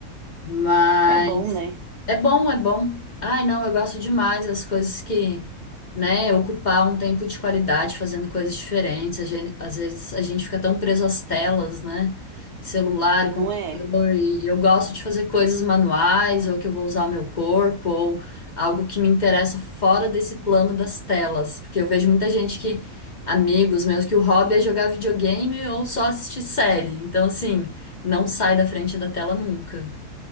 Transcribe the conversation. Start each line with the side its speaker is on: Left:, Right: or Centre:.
Left: mas.
Right: É bom, né?
Left: É bom, é bom. Ai, não, eu gosto demais das coisas que, né, ocupar um tempo de qualidade fazendo coisas diferentes. A gen- Às vezes a gente fica tão preso às telas, né? Celular,
Right: Não
Left: computador,
Right: é?
Left: e eu gosto de fazer coisas manuais, ou que eu vou usar o meu corpo, ou algo que me interessa fora desse plano das telas. Porque eu vejo muita gente que, amigos meus, que o hobby é jogar videogame ou só assistir série. Então, assim, não sai da frente da tela nunca.